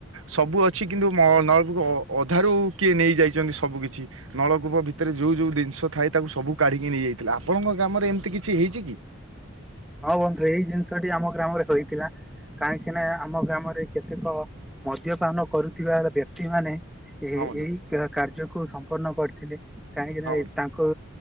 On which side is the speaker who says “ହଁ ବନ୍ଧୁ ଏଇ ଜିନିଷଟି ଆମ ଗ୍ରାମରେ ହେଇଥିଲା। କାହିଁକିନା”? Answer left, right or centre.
Centre